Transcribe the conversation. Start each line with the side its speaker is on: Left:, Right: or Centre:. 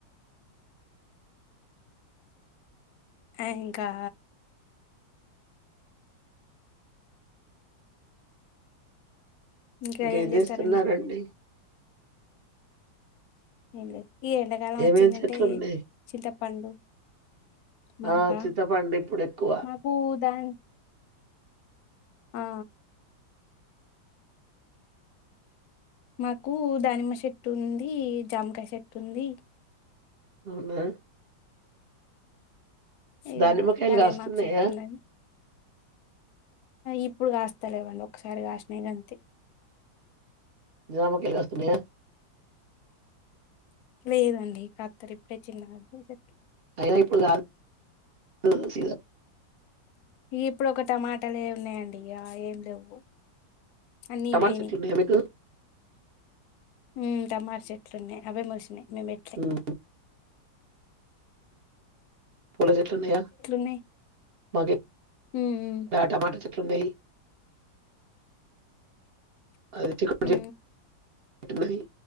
Left: ఆ ఇంకా ఇంకా
Right: ఇంకేం
Left: ఏం చేస్తారండి
Right: చేస్తున్నారండి
Left: ఏం లేదు ఈ ఎండాకాలం వచ్చిందంటే
Right: ఏమేం చెట్లు ఉన్నాయి
Left: చింతపండు మనక
Right: ఆ చింతపండు ఇప్పుడు ఎక్కువ
Left: మాకు దాని ఆ మాకు దానిమ్మ చెట్టు ఉంది జామకాయ చెట్టు ఉంది
Right: అవున
Left: ఇగ
Right: దానిమ్మకాయలు
Left: కళ్యామక్
Right: కాస్తున్నాయా
Left: చెట్టు ఉన్నది ఇప్పుడు కాస్తా లేవ్ అండి ఒకసారి కాసినై గంతే
Right: జామకాయలు కాస్తున్నాయియ
Left: లేదండి ఖత్తలె ఇప్పుడే చిన్న చె
Right: అయ్యో ఇప్పుడు గాదు సీజన్
Left: ఇ ఇప్పుడోక టమాటలే ఏ ఉన్నాయండి ఇగ ఏం లేవు అన్నీ
Right: టమాట్
Left: పోయినాయి
Right: చెట్లు ఉన్నాయా మీకు
Left: ఉమ్ టమాట చెట్లు ఉన్నయి అవే మోలిసినయి మేం బెట్లే
Right: ఉమ్, ఫులు చెట్లు ఉన్నాయా
Left: ఉన్నాయి
Right: మాక్
Left: హ్మ్.
Right: టమాటా చే ట్లున్నాయి అది చిక్కుడు
Left: హ్మ్.
Right: చెట్ చేస్తున్నదీ